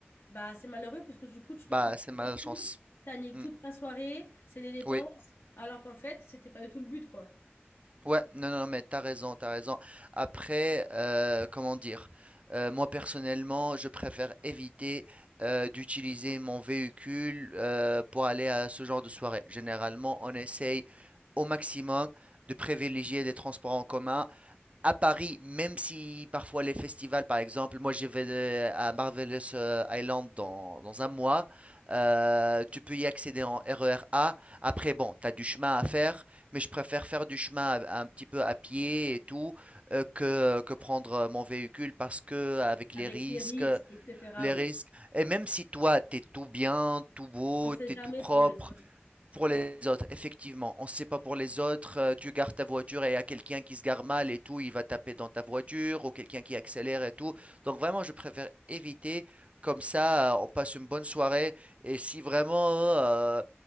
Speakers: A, on the left (about 65°); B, on the right (about 30°).
A: bah, c'est malheureux parce que du coup, tu
B: Bah,
A: te retrouves toute
B: c'est malchance.
A: la voiture, t'as niqué
B: Mm,
A: toute ta soirée, c'est des dépenses,
B: Oui.
A: alors qu'en fait, c'était pas du tout le but, quoi.
B: Ouais, non, non, mais t'as raison, t'as raison. Après, euh, comment dire, euh, moi personnellement, je préfère éviter euh, d'utiliser mon véhicule euh, pour aller à ce genre de soirée. Généralement, on essaye au maximum de privilégier des transports en commun à Paris, même si parfois les festivals, par exemple, moi j'y vais euh, à Marvelous euh, Island dans, dans un mois, euh, tu peux y accéder en RER A. Après, bon, tu as du chemin à faire, mais je préfère faire du chemin à- un petit peu à pied et tout euh, que, que prendre euh, mon véhicule parce que avec les
A: Avec
B: risques,
A: les risques, etc.,
B: les
A: oui.
B: risques, et même si toi, tu es tout bien, tout beau,
A: On sait
B: tu
A: jamais
B: es tout propre,
A: pour les autres.
B: pour les autres, effectivement, on ne sait pas pour les autres. euh, tu gardes ta voiture et il y a quelqu'un qui se gare mal et tout, il va taper dans ta voiture ou quelqu'un qui accélère et tout. Donc vraiment, je préfère éviter. Comme ça, euh, on passe une bonne soirée. Et si vraiment euh,